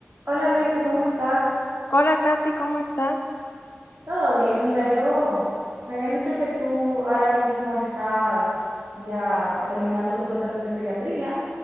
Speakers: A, on the right; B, on the left.
A: Hola Luisa, ¿cómo estás?
B: Hola, Katy, ¿cómo estás?
A: Todo bien, mira, yo me habían dicho que tú ahora mismo estás ya terminando tu rotación de pediatría